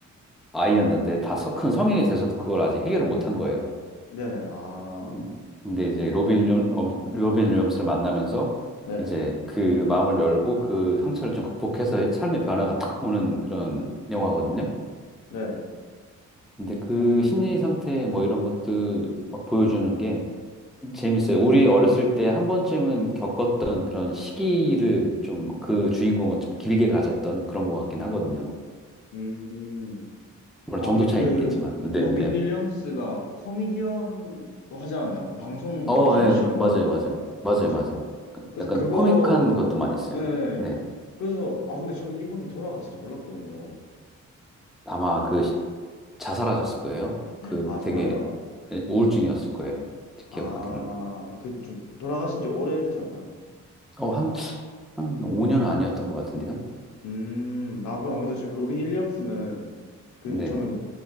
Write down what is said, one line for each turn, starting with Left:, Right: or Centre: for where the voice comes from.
Centre: 아이였는데 다 큰 성인이 돼서도 그걸 아직 해결을 못한 거예요.
Left: 네네. 아,
Centre: 음, 근데 이제 로빈 윌리엄- 로빈 윌리엄스를 만나면서
Left: 네네.
Centre: 이제 그 마음을 열고 그 상처를 좀 극복해서 삶의 변화가 탁 오는 그런 영화거든요.
Left: 네네.
Centre: 근데 그
Left: 음,
Centre: 심리 상태 뭐 이런 것들 막 보여주는 게 재밌어요. 우리 어렸을 때 한 번쯤은 겪었던 그런 시기를 좀 그 주인공은 좀 길게 가졌던 그런 것 같긴 하거든요.
Left: 음. 음.
Centre: 물론
Left: 아,
Centre: 정도
Left: 근데
Centre: 차이는
Left: 그,
Centre: 있겠지만.
Left: 로빈
Centre: 네, 네.
Left: 윌리엄스가 코미디언도 하지 않았나요? 그 방송,
Centre: 어,
Left: 뭐, TV쇼였나?
Centre: 예, 맞아요, 맞아요. 맞아요,
Left: 그죠?
Centre: 맞아요. 약간,
Left: 그래서
Centre: 약간
Left: 그거,
Centre: 코믹한 것도 많이 써요.
Left: 예.
Centre: 네.
Left: 그래서, 아, 근데 저는 이분이 돌아가신지 몰랐거든요.
Centre: 아마 그 자살하셨을 거예요. 그
Left: 아, 정말요?
Centre: 되게 우울증이었을 거예요.
Left: 아,
Centre: 기억하기로는.
Left: 그 좀, 돌아가신 지 오래되셨나요?
Centre: 어, 한, 한 5년 아니었던 것 같은데요.
Left: 음, 아, 그, 안 그래도 저- 로빈 윌리엄스는, 그,
Centre: 네.
Left: 저는